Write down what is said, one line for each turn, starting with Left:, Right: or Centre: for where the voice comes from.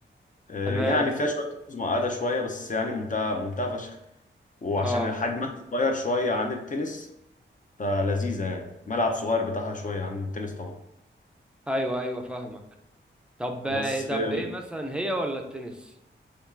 Left: آه،
Centre: تمام
Left: يعني فيها شوية رولز معقدة شوية بس يعني ممتعة ممتعة فشخ وعشان
Centre: اه
Left: حجمها صغير شوية عن التنس فلذيذة يعني ملعب صغير بتاعها شوية عن التنس طبعا
Centre: ايوه ايوه فاهمك طب ايه،
Left: بس
Centre: طب
Left: آه،
Centre: ايه مثلا هي ولا التنس